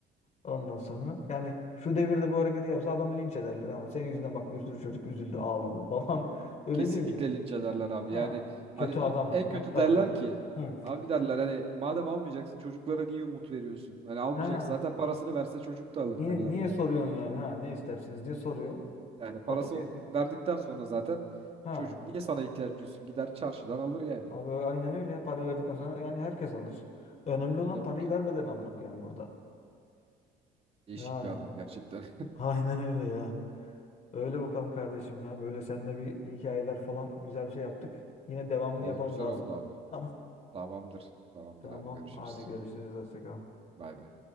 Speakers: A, on the left (about 40°); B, on the right (about 35°).
A: Ondan sonra yani şu devirde bu hareketi yapsa adamı linç ederler ama senin yüzünden bak bir sürü çocuk üzüldü ağladı falan <laughs> öyle
B: Kesinlikle
A: değil mi?
B: linç ederler abi.
A: Ha,
B: Yani
A: kötü
B: hani dü-
A: adam
B: en
A: gaddar
B: kötü derler
A: adam.
B: ki
A: Hı.
B: abi derler hani madem almayacaksın çocuklara niye umut veriyorsun? Hani almayacak
A: Ha,
B: zaten parasını verse çocuk da alır
A: niye
B: derler
A: niye
B: yani.
A: soruyorsun yani? Ha, ne istersiniz diye soruyor.
B: Yani parası
A: O da diyor
B: ol-
A: ki,
B: verdikten sonra zaten
A: ha,
B: çocuk niye sana ihtiyaç duysun? Gider çarşıdan alır yani.
A: abi aynen öyle ya. Parayı verdikten sonra yani herkes alır. Önemli olan
B: Tabii
A: parayı
B: ki.
A: vermeden almak yani burada.
B: Değişik
A: Yani.
B: bir adam gerçekten.
A: Aynen öyle ya. Öyle bakalım kardeşim ya. Böyle seninle bir hikayeler falan güzel bir şey yaptık. Yine devamını
B: Valla
A: yapalım
B: güzel
A: daha
B: oldu
A: sonra.
B: abi.
A: <laughs> Tamam.
B: Tamamdır. Tamamdır
A: Tamam.
B: abi görüşürüz.
A: Hadi görüşürüz. Hoşça kal.
B: Bay bay.